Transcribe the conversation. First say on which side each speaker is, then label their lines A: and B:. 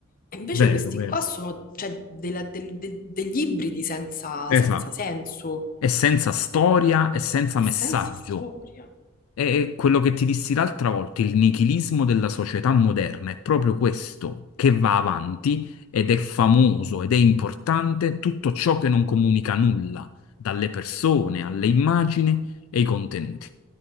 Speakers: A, on the left; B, on the left.
A: E invece
B: Vero,
A: questi
B: vero.
A: qua sono cioè, della- del- del- degli ibridi senza,
B: Esatto.
A: senza senso
B: È senza storia e senza
A: e
B: messaggio.
A: senza storia.
B: È quello che ti dissi l'altra volta, il nichilismo della società moderna è proprio questo che va avanti ed è famoso ed è importante tutto ciò che non comunica nulla, dalle persone alle immagini e ai contenuti.